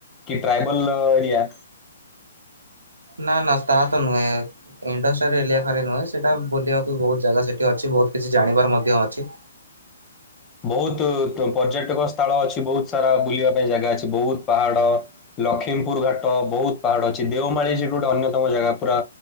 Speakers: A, on the left; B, on the right.
A: କି ଟ୍ରାଇବଲ ଅ ଏରିଆ।
B: ନା ନା ତାହା ତ ନୁହେଁ। ଇଣ୍ଡଷ୍ଟ୍ରିଆଲ ଏଲିଆ ଖାଲି ନୁହେଁ। ସେଟା ବୁଲିବାକୁ ବହୁତ ଜାଗା ସେଠି ଅଛି। ବହୁତ କିଛି ଜାଣିବାର ମଧ୍ୟ ଅଛି।
A: ବହୁତ ପ ପର୍ଯ୍ୟଟକ ସ୍ଥଳ ଅଛି। ବହୁତ ସାରା ବୁଲିବା ପାଇଁ ଜାଗା ଅଛି, ବହୁତ ପାହାଡ। ଲକ୍ଷ୍ମୀପୁର ଘାଟ, ବହୁତ ପାହାଡ ଅଛି। ଦେଓମାଳି ସେଠି ଗୋଟେ ଅନ୍ୟତମ ଜାଗା ପୁରା।